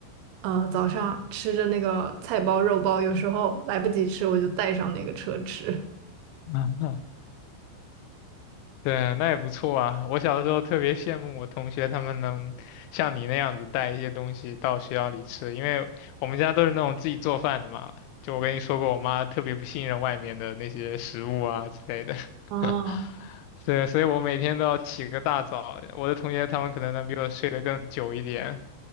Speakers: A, on the right; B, on the left.
A: 呃早上吃着那个菜包肉包，有时候来不及吃，我就带上那个车吃。
B: <laughs> 对，那也不错啊。我小时候特别羡慕我同学，他们能像你那样子带一些东西到学校里吃，因为我们家都是那种自己做饭的嘛。就我跟你说过，我妈特别不信任外面的那些食物啊之类的。
A: 哦，
B: <laughs> 对，所以我每天都要起个大早。我的同学他们可能能比我睡得更久一点，